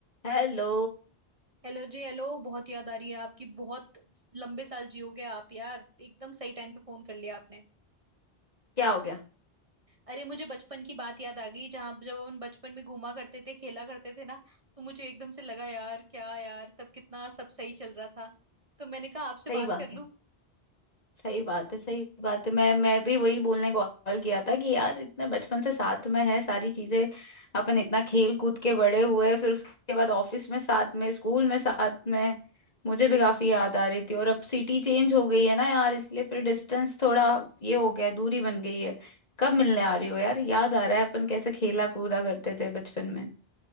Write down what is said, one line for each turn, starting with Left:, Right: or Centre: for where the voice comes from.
Left: Hello
Right: Hello जी Hello बहुत याद आ रही है आपकी बहुत लंबे साल जियोगे आप यार एकदम सही टाइम पे फोन कर लिया आपने
Left: क्या हो गया
Right: अरे मुझे बचपन की बात याद आ गई जहाँ जब हम बचपन में घूमा करते थे खेला करते थे ना तो मुझे एकदम से लगा यार क्या यार तब कितना सब सही चल रहा था तो मैंने कहा आपसे
Left: सही
Right: बात
Left: बात
Right: कर लूं
Left: है सही बात है सही बात है मैं मैं भी वही बोलने को कॉल किया था कि यार इतने बचपन से साथ में है सारी चीजें अपन इतना खेल कूद के बड़े हुए फिर उसके बाद ऑफिस में साथ में स्कूल में साथ में मुझे भी काफी याद आ रही थी और अब सिटी चेंज हो गई है ना यार इसलिए फिर डिस्टेंस थोड़ा ये हो गया है, दूरी बन गई है कब मिलने आ रही हो यार याद आ रहा है अपन कैसे खेला कूदा करते थे बचपन में